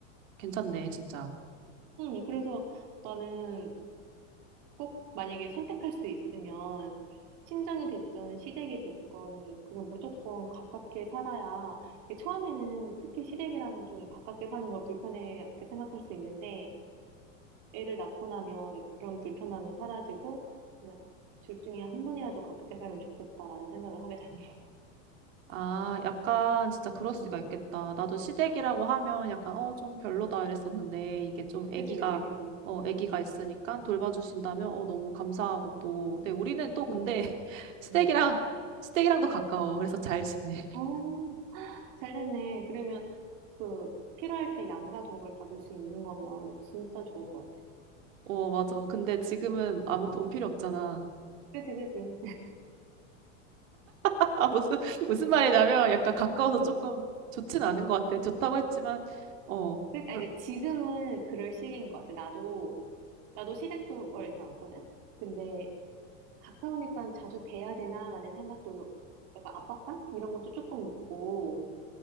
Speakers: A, on the right; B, on the right.
A: 괜찮네, 진짜.
B: 응, 그래서 나는 꼭 만약에 선택할 수 있으면 친정이 됐든 시댁이 됐건 그냥 무조건 가깝게 살아야 이게 처음에는 특히 시댁이랑은 좀 가깝게 사는 걸 불편하게 생각할 수 있는데 애를 낳고 나면 그런 불편함은 사라지고 그냥 둘 중에 한 분이라도 가깝게 살면 좋겠다라는 생각을 하게 되는 것 같아.
A: 아, 약간 진짜 그럴 수가
B: 음.
A: 있겠다. 나도 시댁이라고 하면 약간, 어, 좀 별로다 이랬었는데, 이게 좀 아기가,
B: 그지, 그지, 응,
A: 어, 아기가
B: 응.
A: 있으니까 돌봐주신다면, 어, 너무 감사하고 또. 근데 우리는 또 근데
B: 응, 응,
A: <laughs> 시댁이랑,
B: 응.
A: 시댁이랑도 가까워. 그래서 잘 지내. <laughs>
B: 어, 잘 됐네. 그러면 그 필요할 때 양가 도움을 받을 수 있는 거면 진짜 좋은 것 같아.
A: 어, 맞아. 근데 지금은 아무
B: 응.
A: 돈 필요 없잖아.
B: 그지, 그지.
A: <laughs> 아, 무슨, 무슨 말이냐면 약간 가까워서
B: 응.
A: 조금 좋진 않은 것 같아. 좋다고 했지만, 어,
B: 그지. 아,
A: 별-
B: 그러니까 지금은 그럴 시기인 것 같아. 나도, 나도 시댁도 멀진 않거든? 근데 가까우니까 자주 뵈야 되나라는 생각도 약간 압박감? 이런 것도 조금 있고,